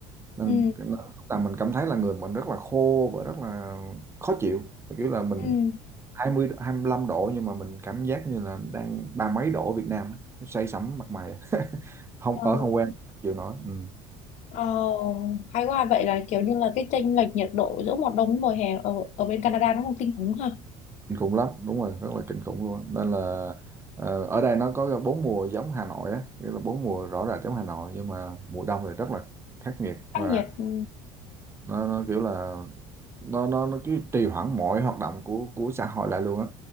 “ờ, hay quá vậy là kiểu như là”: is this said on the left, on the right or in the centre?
Left